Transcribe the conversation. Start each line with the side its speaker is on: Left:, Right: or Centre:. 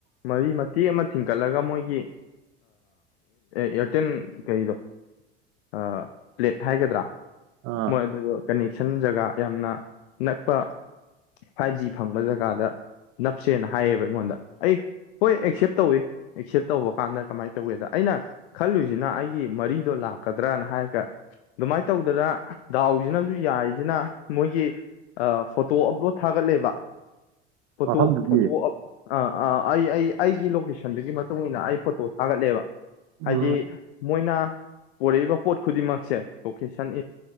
Left: ꯃꯔꯤ ꯃꯇꯦꯛ ꯑꯃ ꯊꯤꯡꯀꯠꯂꯒ ꯃꯣꯏꯒꯤ ꯏꯌꯥꯔꯇꯦꯜ ꯀꯩꯗꯣ ꯑ ꯄ꯭ꯂꯦꯠ ꯍꯥꯏꯒꯗ꯭ꯔꯥ꯫
Right: ꯑꯥ
Left: ꯃꯣꯏ ꯑꯗꯨ ꯀꯅꯦꯛ꯫ ꯖꯒꯥ ꯌꯥꯝꯅ ꯅꯛꯄ ꯐꯥꯏꯚ ꯖꯤ ꯐꯪꯕ ꯖꯒꯥꯗ꯫ ꯁꯦꯅ ꯍꯥꯏꯌꯦꯕ ꯑꯩꯉꯣꯟꯗ ꯑꯩ꯫ ꯍꯣꯏ ꯑꯦꯛꯁꯦꯞ ꯇꯧꯏꯤ ꯑꯦꯛꯁꯦꯞ ꯇꯧꯕ ꯀꯥꯟꯗ ꯀꯃꯥꯏꯅ ꯇꯧꯏꯤꯗ ꯑꯩꯅ ꯈꯜꯂꯨꯁꯤꯅ ꯑꯩꯒꯤ ꯃꯔꯤꯗꯣ ꯂꯥꯛꯀꯗ꯭ꯔꯅ ꯍꯥꯏꯔꯒ ꯑꯗꯨꯃꯥꯏꯅ ꯇꯧꯗꯅ ꯗꯥꯎꯁꯤꯅꯁꯨ ꯌꯥꯏꯁꯤꯅ ꯃꯣꯏꯒꯤ ꯐꯣꯇꯣ ꯑꯞꯂꯣꯗ ꯊꯥꯒꯠꯂꯦꯕ꯫ ꯐꯣꯇꯣ
Right: ꯃꯐꯝꯗꯨꯗꯤ
Left: ꯐꯣꯇꯣ ꯑꯞ ꯑꯞ ꯑꯥ ꯑꯥ ꯫ ꯑꯩ ꯑꯩ ꯑꯩꯒꯤ ꯂꯣꯀꯦꯁꯟꯗꯨꯒꯤ ꯃꯇꯨꯡ ꯏ ꯃꯇꯨꯡꯏꯟꯅ ꯑꯩ ꯐꯣꯇꯣ ꯊꯥꯒꯠꯂꯦꯕ
Right: ꯎꯝ
Left: ꯍꯥꯏꯗꯤ ꯃꯣꯏꯅ꯫ ꯄꯨꯔꯛ ꯏꯕ ꯄꯣꯠ꯫ ꯈꯨꯗꯤꯡꯃꯛꯁꯦ ꯂꯣꯀꯦꯁꯟ